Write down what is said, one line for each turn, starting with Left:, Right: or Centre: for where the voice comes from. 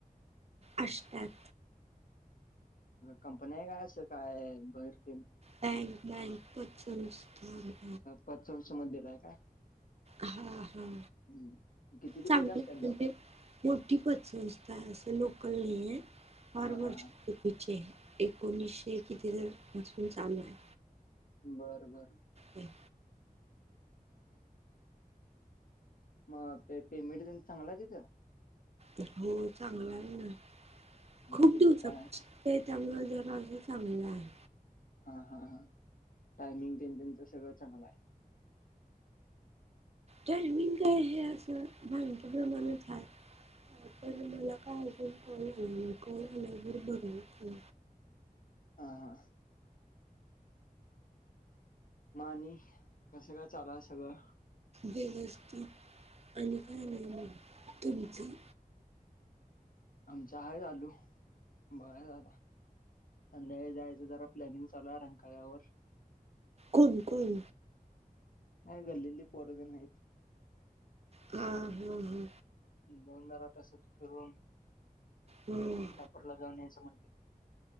Right: आष्टया त.
Left: कंपनी आहे काय? असं काय बाहेर तेन
Right: बँक, बँक पतसंस्था.
Left: पतसंस्थे मध्ये दिलाय काय?
Right: हा हा
Left: हम्, किती ते
Right: चांगलं
Left: किती असतात
Right: म्हणजे
Left: जॉब.
Right: मोठी पतसंस्था आहे. असं लोकल, नाही आहे. फार
Left: हा हा
Right: वर्ष
Left: हा
Right: कितीची आहे. एकोणीसशे, किती पासून चालू आहे.
Left: बर- बर.
Right: हम हम
Left: मग पेमेंट तेन चांगला आहे, तिथं.
Right: हो, चांगला आहे ना
Left: म्हणजे
Right: खूप
Left: त्यांचं
Right: दिवसा
Left: काय
Right: त्यामुळे, जरा चांगलं आहे.
Left: हा -हा -हा टायमिंग तेन त्यांच सगळं चांगलं आहे. <inaudible>
Right: टायमिंग काय, हे असं बँके प्रमाणाच हाय. पण मला काय अजून कॉल आला नाही. कॉल आल्यावर बघायच.
Left: हा हा. मग आणि कसं काय चालू हाय सगळं.
Right: व्यवस्थित आणि काय नाही तुमचे
Left: आमच हाय चालू बघायच आता संध्याकाळी जायचं जरा प्लॅनिंग चालू आहे. रंकाळ्यावर
Right: कोण कोण?
Left: नाही गल्लीतली पोर तेन अहित.
Right: हा हा हा
Left: जंगल्याला तस फिरून
Right: हम्म
Left: र लगवण्याचं म्हणज